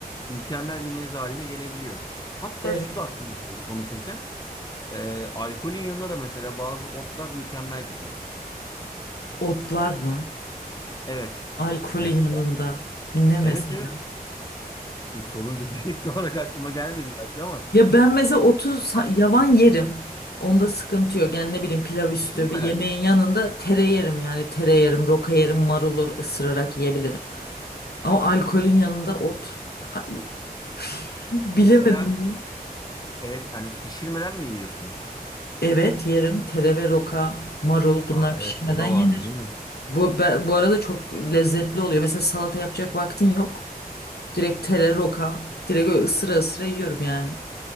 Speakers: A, on the left; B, on the left.
A: mükemmel bir meze haline gelebiliyor. Hatta
B: Evet.
A: şu da aklıma geldi konuşurken. Ee, alkolün yanında da mesela bazı otlar mükemmel gidiyor.
B: Otlar mı?
A: Evet.
B: Alkolün
A: Mesela.
B: yanında. Ne mesela?
A: Evet evet. Şimdi sorunca <laughs> direkt olarak aklıma gelmedi belki ama
B: Ya ben mesela 30
A: ha,
B: yavan yerim. Onda sıkıntı yok. Yani ne bileyim pilav üstü
A: pişirmeden
B: bir yemeğin
A: mi?
B: yanında tere yerim yani tere yerim, roka yerim, marulu ısırarak yiyebilirim. Ama alkolün yanında ot. Abi, <laughs> Bilemedim
A: Mesela
B: ya.
A: evet, yani pişirmeden mi yiyorsunuz?
B: Evet yerim. Tere ve roka, marul bunlar
A: Aa,
B: pişirmeden
A: evet o da
B: yenir.
A: vardı değil mi?
B: Bu, be- bu arada çok lezzetli oluyor. Mesela salata yapacak vaktin yok. Direkt tere, roka. Direkt öyle ısıra ısıra yiyorum yani.